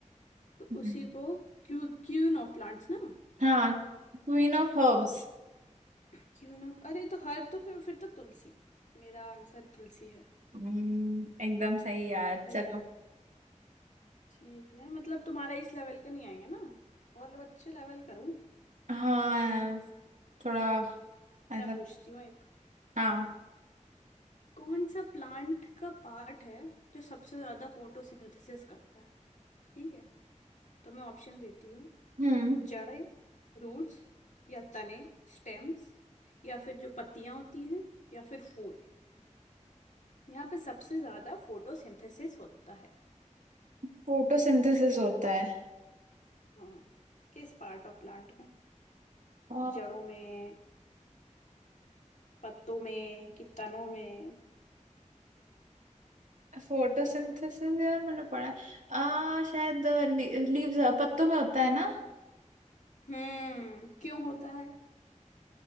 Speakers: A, on the left; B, on the right.
A: तो
B: हम्म,
A: उसी को क्यू क्यून ऑफ प्लांट्स ना
B: हाँ क्वीन ऑफ हर्ब्स
A: क्यून ऑफ अरे तो हर्ब तो फिर फिर तो तुलसी मेरा आंसर तुलसी है
B: हम्म, एकदम सही यार
A: राइट
B: चलो
A: ठीक है मतलब तुम्हारा इस लेवल का नहीं आएंगे ना और लोग अच्छे लेवल करूं
B: हाँ यार थोड़ा ऐसा
A: मैं पूछती हूँ एक
B: हाँ
A: कौन सा प्लांट का पार्ट है जो सबसे ज्यादा फोटोसिंथेसिस करता है ठीक है तो मैं ऑप्शन देती हूँ
B: हम्म
A: जड़ें रूट्स या तने स्टेम्स या फिर जो पत्तियां होती हैं या फिर फूल यहाँ पे सबसे ज्यादा फोटोसिंथेसिस होता है
B: फोटोसिंथेसिस होता है
A: हाँ किस पार्ट ऑफ प्लांट में
B: आ,
A: जड़ों में पत्तों में कि तनों में
B: फोटोसिंथेसिस यार मैंने पढ़ा है। आ, शायद लीव्स पत्तों में होता है ना
A: हम्म क्यों होता है